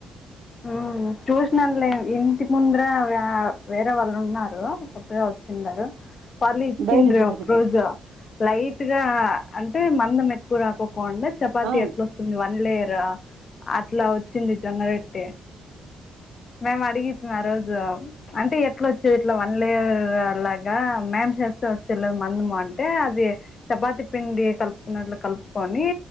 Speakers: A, on the left (about 40°); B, on the right (about 70°).
A: ఉహూ చుసినాలెండి ఇన్ టికి ముందర వేరే వాళ్ళు ఉన్నారు. కొత్తగా వ చ్చిండారు. వాళ్ళు ఇచ్చిండ్రు
B: బయట దొరుకుతాయి
A: ఒక రోజు లైట్ గా ఆ అంటే మందం ఎక్కువ రాకోకుండా చపాతి
B: ఆ
A: ఎట్లా వస్తుంది. వన్ లేయర్ రా అట్లా వచ్చింది జొన్నరొట్టే మేమ్ అడిగితిమి ఆ రోజు అంటే ఎట్లా వచ్చేది ఇట్లా వన్ లేయర్ లాగా మేమ్ చేస్తే వచ్చేలా మందుము అంటే అది చపాతి పిండి కలుపుకున్నట్లు కలుపుకొని